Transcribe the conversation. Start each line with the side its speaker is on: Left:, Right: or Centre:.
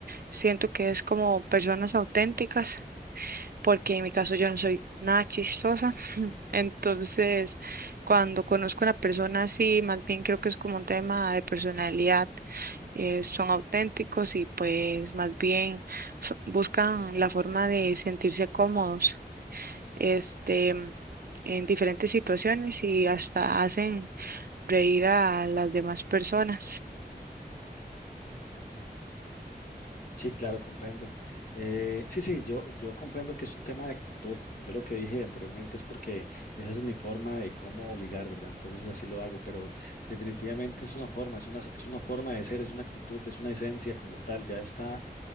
Right: siento que es como personas auténticas. Porque en mi caso yo no soy nada chistosa. <laughs> Entonces, cuando conozco a una persona así, más bien creo que es como un tema de personalidad eh, son auténticos y pues más bien so- buscan la forma de sentirse cómodos, este, en diferentes situaciones y hasta hacen reír a las demás personas.
Left: Sí, claro, comprendo. Eh, sí, sí, yo, yo comprendo que es un tema de actitud. Yo lo que dije anteriormente es porque esa es mi forma de cómo ligar, ¿verdad? Entonces así lo hago, pero definitivamente es una forma, es una, es una forma de ser, es una actitud, es una esencia como tal, ya está